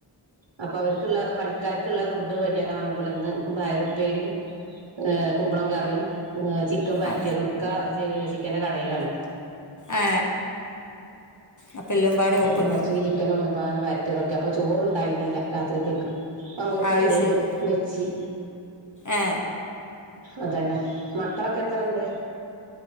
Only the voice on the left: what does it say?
ആ
ആ അപ്പം എല്ലാം പാടെ
ഒപ്പന്ന്
അത്
ശരി
ആ